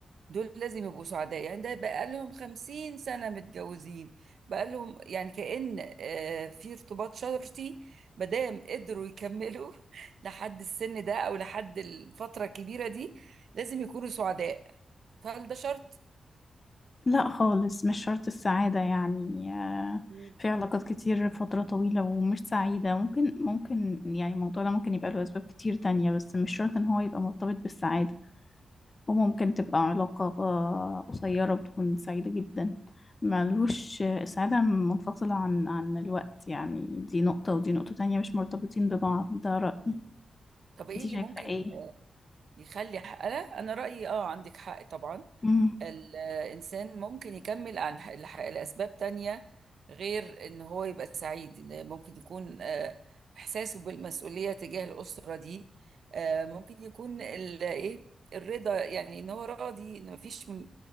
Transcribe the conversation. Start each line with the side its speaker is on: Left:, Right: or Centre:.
Right: دول لازم يبقوا سعداء يعني ده بقالهم خمسين سنة متجوزين بقالهم يعني كأن آه في ارتباط شرطي مادام قدروا يكملوا <laughs> لحد السن ده او لحد الفترة الكبيرة دي لازم يكونوا سعداء فهل ده شرط؟
Left: لا خالص مش شرط السعاده يعني آه،
Right: مم.
Left: في علاقات كتير فتره طويله ومش سعيده ممكن ممكن يعني الموضوع ده ممكن يبقى له اسباب كتير تانية بس مش شرط ان هو يبقى مرتبط بالسعاده وممكن تبقى علاقه آه، قصيره وتكون سعيده جدا ملوش آه، السعاده منفصله عن عن الوقت يعني دي نقطه ودي نقطه تانية مش مرتبطين ببعض ده رأيي
Right: مم. طب ايه
Left: انت
Right: اللي
Left: شايفه
Right: ممكن
Left: ايه
Right: يخلي حق انا انا رأيي اه عندك حق طبعا
Left: مم.
Right: الإنسان ممكن يكمل عن ح- لح- لأسباب تانية غير إن هو يبقى سعيد إن ممكن يكون آه، إحساسه بالمسؤولية تجاه الأسرة دي آه، ممكن يكون ال- إيه الرضا يعني إن هو راضي إن مفيش م-